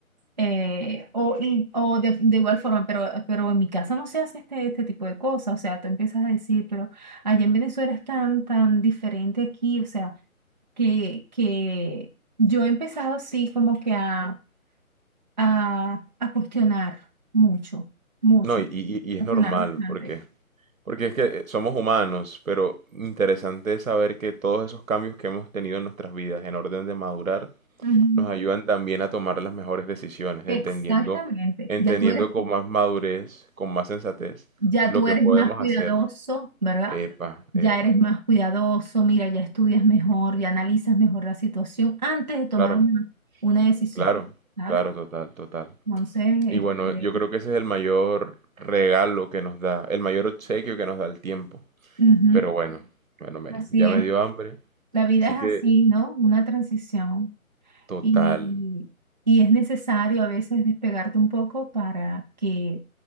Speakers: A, on the right; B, on the right.
A: eh, o, y- o de, de igual forma, pero, pero en mi casa no se hace este, este tipo de cosas. O sea, tú empiezas a decir, pero allá en Venezuela es tan, tan diferente aquí. O sea, que, que yo he empezado, sí, como que a a, a cuestionar mucho, mucho,
B: No, y, y- y
A: a cuestionar
B: es normal,
A: bastante.
B: porque, porque es que eh, somos humanos, pero interesante es saber que todos esos cambios que hemos tenido en nuestras vidas en orden de madurar
A: Ujú.
B: nos ayudan también a tomar las mejores decisiones,
A: Exactamente.
B: entendiendo, entendiendo
A: Ya tú eres,
B: con más madurez, con más sensatez,
A: ya
B: lo
A: tú
B: que
A: eres
B: podemos
A: más cuidadoso,
B: hacer.
A: ¿verdad?
B: Epa,
A: Ya
B: epa.
A: eres más cuidadoso, mira, ya estudias mejor, ya analizas mejor la situación antes de tomar
B: Claro.
A: una, una decisión,
B: Claro,
A: ¿sabes?
B: claro, total, total.
A: Entonces,
B: Y bueno,
A: este,
B: yo creo que ese es el mayor regalo que nos da, el mayor obsequio que nos da el tiempo.
A: ujú,
B: Pero bueno, bueno, Mary,
A: así
B: ya me
A: es.
B: dio hambre,
A: La vida
B: así
A: es
B: que
A: así, ¿no? Una transición.
B: total.
A: Y, y es necesario a veces despegarte un poco para que